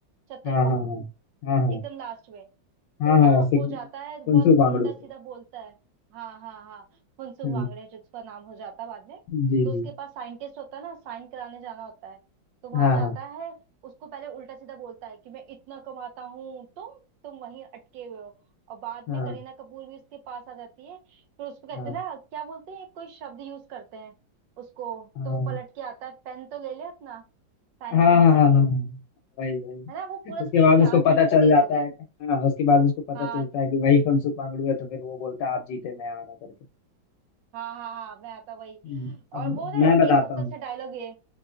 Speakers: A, on the right (about 70°); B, on the left (about 75°).
A: चतुर
B: हाँ हाँ
A: को
B: हाँ हाँ हाँ हाँ
A: एकदम लास्ट में
B: हाँ
A: तो
B: हाँ
A: ना
B: ऐसे
A: वो
B: ही,
A: जाता है बहुत
B: फुनसुक वांगड़ू
A: उल्टा
B: से
A: सीधा बोलता है हाँ हाँ हाँ फुनसुक
B: हम्म
A: वांगड़े जिसका नाम हो जाता है बाद में
B: जी
A: तो उसके
B: जी
A: पास साइंटिस्ट होता है ना साइन कराने जाना होता है तो वहां
B: हाँ
A: जाता
B: हाँ
A: है उसको पहले उल्टा सीधा बोलता है कि मैं इतना कमाता हूँ तुम तुम वहीं अटके हुए हो और बाद
B: हाँ
A: में करीना कपूर भी उसके पास आ जाती है फिर उसको कहते
B: हाँ
A: हैं ना क्या बोलते हैं कोई शब्द यूज करते हैं उसको
B: हाँ
A: तो वो पलट के आता है पेन तो ले ले अपना साइन
B: हाँ
A: करने के
B: हाँ हाँ
A: लिए
B: हाँ, वही वही
A: है ना वो पूरा
B: उसके
A: सीन
B: बाद
A: याद
B: उसको पता
A: नहीं है
B: चल
A: दिन
B: जाता
A: हो गए
B: है हाँ उसके बाद उसको पता
A: हाँ
B: चलता है कि वही फुनसुक मांगड़ू है तो फिर वो बोलता है आप जीते मैं हारा करके
A: हाँ हाँ हाँ मैं आता वही
B: हम्म,
A: और
B: अब
A: वो ना एक
B: मैं बताता
A: सबसे
B: हूँ
A: अच्छा डायलॉग ये